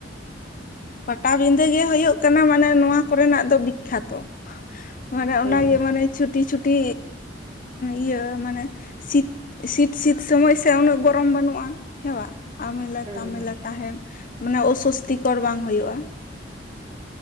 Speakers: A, on the left; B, on the right.
A: ᱯᱟᱴᱟᱵᱤᱫᱟᱹ ᱜᱮ ᱦᱩᱭᱩᱜᱜ ᱠᱟᱱᱟ ᱢᱟᱱᱮ ᱱᱚᱣᱟ ᱠᱚᱨᱮᱱᱟᱜ ᱫᱚ ᱵᱤᱠᱠᱷᱟᱛᱚ ᱢᱟᱱᱮ
B: ᱦᱩᱸ
A: ᱚᱱᱟᱜᱮ ᱢᱟᱱᱮ ᱪᱷᱩᱴᱤ ᱪᱷᱩᱴᱤ ᱤᱭᱟᱹ <unintelligible> ᱢᱟᱱᱮ ᱥᱤᱛ ᱥᱤᱛᱼ ᱥᱤᱛ ᱥᱚᱢᱚᱭ ᱥᱮ ᱩᱱᱟᱹᱜ ᱜᱚᱨᱚᱢ ᱵᱟᱹᱱᱩᱜᱼᱟ ᱦᱮᱸᱣᱟ ᱟᱢᱮᱞᱟ
B: ᱦᱮᱸ
A: ᱛᱟᱢᱮᱞᱟ
B: ᱦᱮᱸ
A: ᱛᱟᱦᱮᱱ ᱢᱟᱱᱮ ᱚᱥᱚᱥᱛᱤᱠᱚᱨ ᱵᱟᱝ ᱦᱩᱭᱩᱜᱼᱟ